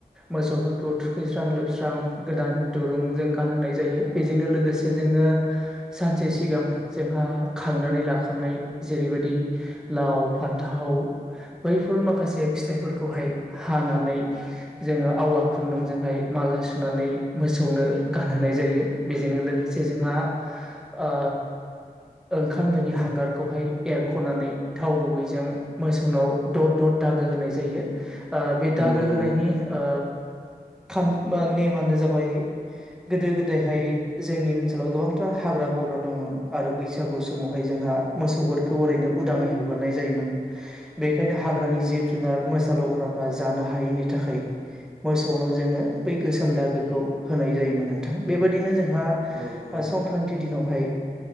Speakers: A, in the centre; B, on the left (about 85°).
A: मोसौफोरखौ थुखैस्रां लोबस्रां गोदान दुरुं जों गानहोनाय जायो बेजोंनो लोगोसे जोङो सानसे सिगां जोंहा खांनानै लाखा खानाय जेरैबायदि लाव फान्थाव बैफोर माखासे फिथाइफोरखौहाय हानानै जोङो आवा खुन्दुंजोंहाय माला सुनानै मोसौनो गानहोनाय जायो। बेजोंनो लो से जोंहा ओ ओंखाम दोनि हांगारखौहाय एरख'नानै थाव गुबैजों मोसौनाव द'द द'द दाग गो होनाय जायो। ओ बे
B: नंगौ
A: दागो
B: नंगौ
A: होनायनि ओ खान ओ नेमानो जाबाय गोदो गोदायहाय जोंनि ओनसोलाव गोबांथार हाग्रा बं ग्रा दंमोन आरो बैसागु समावहाय जोंहा मोसौफोरखौ ओरैनो उदाङै हगारनाय जायोमोन। बेखायनो हाग्रानि जिब जुनार मोसा लख्राफ्रा जानो हायैनि थाखाय मोसौनाव जोङो बै गोसोम दागोखौ होनाय जायोमोन नोंथां। बेबायदिनो जोंहा
B: औ औ
A: संक्रान्ति दिनावहाय